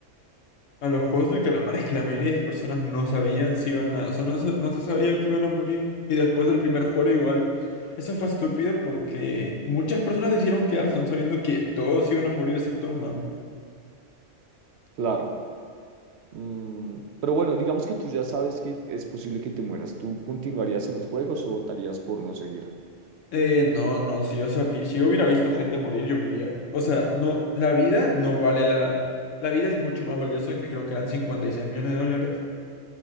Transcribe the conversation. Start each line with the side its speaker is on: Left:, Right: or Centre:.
Left: A los juegos del calamar es que la mayoría de personas no sabían si iban a. O sea, no se, no se sabía que iban a morir. Y después del primer juego, igual. Eso fue estúpido porque muchas personas decidieron quedarse aun sabiendo que todos iban a morir excepto uno.
Right: Claro. Mm, pero bueno, digamos que tú ya sabes que es posible que te mueras. ¿Tú continuarías en los juegos o votarías por no seguir?
Left: Eh, no, no, si yo sabía, si yo hubiera visto gente morir, yo me iría. O sea, no, la vida no vale la... La vida es mucho más valiosa que creo que eran 56 millones de dólares.